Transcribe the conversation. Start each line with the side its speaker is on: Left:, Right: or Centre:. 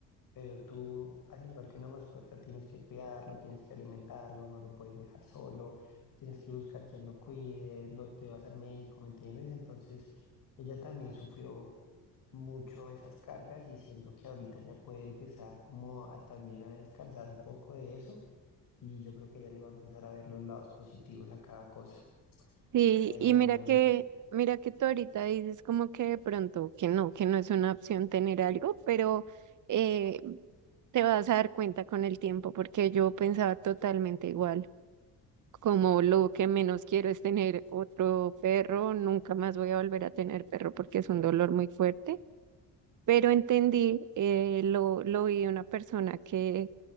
Left: pero tú, al igual que una mascota, tienes que cuidarlo, tienes que alimentarlo, no lo puedes dejar solo, tienes que buscar quien lo cuide, lo llevas al médico, ¿me entiendes? Entonces ella también sufrió mucho esas cargas y siento que ahorita ya puede empezar como a también a descansar un poco de eso y yo creo que ya le va a empezar a ver los lados positivos a cada cosa.
Right: Sí,
Left: Pero
Right: y mira
Left: bueno.
Right: que, mira que tú ahorita dices como que de pronto que no, que no es una opción tener algo, pero eh, te vas a dar cuenta con el tiempo, porque yo pensaba totalmente igual. Como lo que menos quiero es tener otro perro, nunca más voy a volver a tener perro porque es un dolor muy fuerte. Pero entendí, eh, lo, lo vi de una persona que